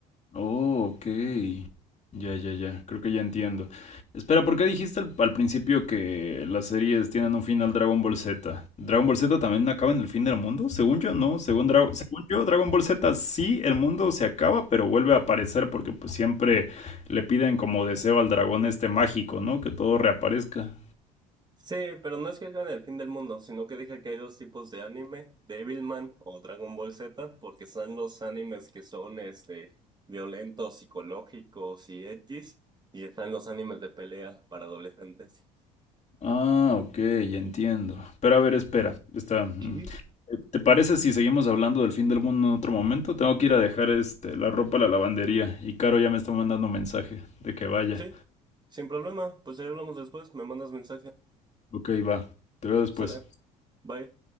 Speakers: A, on the left; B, on the right.
A: Oh, ok. Ya, ya, ya. Creo que ya entiendo. Espera, ¿por qué dijiste al, al principio que las series tienen un final Dragon Ball Z? ¿Dragon Ball Z también acaba en el fin del mundo? Según yo, no. Según, Dra- según yo, Dragon Ball Z sí, el mundo se acaba, pero vuelve a aparecer porque pues siempre le piden como deseo al dragón este mágico, ¿no? Que todo reaparezca.
B: Sí, pero no es que hagan el fin del mundo, sino que dije que hay dos tipos de anime, Devilman o Dragon Ball Z, porque están los animes que son este violentos, psicológicos y edgys, y están los animes de pelea para adolescentes.
A: Ah, ok, ya entiendo. Pero a ver, espera. Está. mm.
B: ¿Qué?
A: Eh, ¿Te parece si seguimos hablando del fin del mundo en otro momento? Tengo que ir a dejar este la ropa a la lavandería y Caro ya me está mandando mensaje de que vaya.
B: Sí, sin problema, pues ahí hablamos después, me mandas mensaje.
A: Ok, va. Te veo después.
B: Sale, bye.